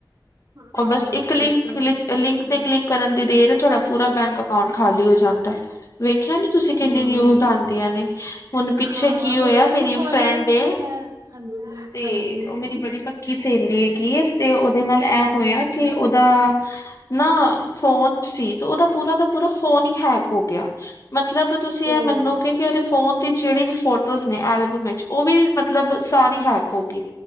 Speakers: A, on the right; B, on the left.
A: ਹਾਂ
B: ਉ ਬਸ ਇੱਕ
A: ਸਹੀ
B: ਲਿੰਕ
A: ਕਹਿ
B: ਕਲੀਕ
A: ਰਹੇ ਹੋ ਤੁਸੀਂ
B: ਲਿੰਕ ਤੇ ਕਲਿੱਕ ਕਰਨ ਦੀ ਦੇਰ ਏ ਤੁਾਡਾ ਪੂਰਾ ਬੈਂਕ ਅਕਾਊਂਟ ਖਾਲੀ ਹੋ ਜਾਂਦੈ ਵੇਖਿਆ ਜੇ ਤੁਸੀਂ ਕਿੰਨੀ
A: ਹਮ
B: ਨਿਊਜ਼ ਆਦੀਆਂ ਨੇ ਹੁਣ ਪਿੱਛੇ
A: ਹਾਂ
B: ਕੀ ਹੋਇਆ
A: ਮੇਰੇ
B: ਮੇਰੀ
A: ਵੀ ਕਾਲਜ
B: ਫਰੈਂਡ
A: ਵਿੱਚ
B: ਏ
A: ਮੈਂ ਹਾਂਜੀ
B: ਤੇ
A: ਹਾਂਜੀ
B: ਉ ਮੇਰੀ ਬੜੀ ਪੱਕੀ ਸੇਹਲੀ ਹੈਗੀ ਏ ਤੇ ਉਦੇ ਨਾਲ ਐ
A: ਅੱਛਾ
B: ਹੋਇਆ ਕਿ ਉਦਾ ਨਾ ਫੋਨ ਸੀ ਤੇ ਉਦਾ ਪੂਰਾ ਦਾ ਪੂਰਾ ਫੋਨ ਈ ਹੈਕ ਹੋ ਗਿ ਮਤਲਬ ਤੁਸੀਂ ਐ
A: ਉਹ
B: ਮਨੋਗੇ ਕਿ ਉਦੇ ਫੋਨ ਦੀ ਜਿਹੜੀ ਵੀ ਫੋਟੋਜ਼ ਨੇ ਐਲਬਮ ਵਿੱਚ ਉ ਵੀ ਮਤਲਬ ਸਾਰੀ ਹੈਕ ਹੋ ਗੀ